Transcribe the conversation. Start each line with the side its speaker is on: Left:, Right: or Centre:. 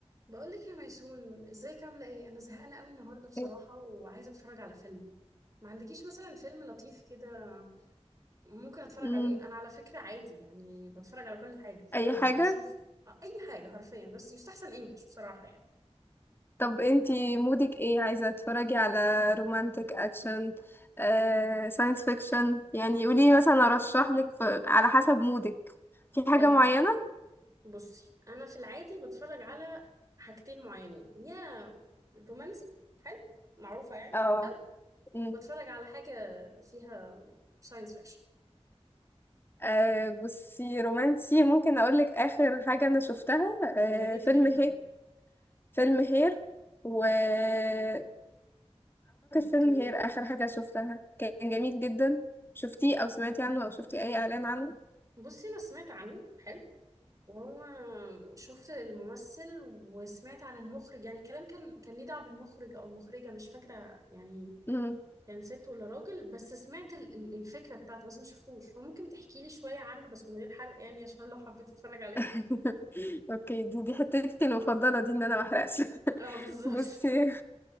Right: بقولك يا ميسون ازيك عاملة ايه انا زهقانة قوي النهاردة بصراحة
Left: اوكي
Right: وعايزة اتفرج على فيلم ما عندكيش مثلا فيلم لطيف كده ممكن اتفرج
Left: مم.
Right: عليه انا على فكرة عادي يعني بتفرج على كل حاجة فشوفي
Left: اي حاجة
Right: اي حاجة حرفيا بس يستحسن انجلش بصراحة يعني
Left: طب انتي مودك ايه عايزة تتفرجي على رومانتك اكشن آه، ساينس فيكشن يعني قولي مثلا ارشح لك ف- على حسب مودك في
Right: حلو
Left: حاجة معينة
Right: بصي انا في العادي بتفرج على حاجتين معينين يا رومانسي حلو معروفة يعني
Left: اه
Right: او
Left: مم.
Right: بتفرج على حاجة فيها ساينس فيكشن
Left: آه، بصي رومانسي ممكن اقولك اخر حاجة انا شفتها آه،
Right: يا ريت
Left: فيلم
Right: جدا
Left: هي فيلم هير واعتقد
Right: اوكي
Left: فيلم هير اخر حاجة شفتها كان جميل جدا شفتيه او سمعتي عنه او شفتي اي اعلان عنه
Right: بصي انا سمعت عنه حلو وهو شفت الممثل وسمعت عن المخرج يعني الكلام كان كان ليه دعوة بالمخرج او المخرجة مش فاكرة يعني
Left: مم.
Right: كان ست ولا راجل بس سمعت ال- ال- الفكرة بتاعته بس ما شفتوش فممكن تحكي لي شوية عنه بس من غير حرق يعني عشان لو حبيت اتفرج عليه
Left: <laughs> اوكي دي دي حتتي المفضله دي ان انا ما احرقش
Right: اه
Left: <laughs>
Right: بالظبط
Left: بصي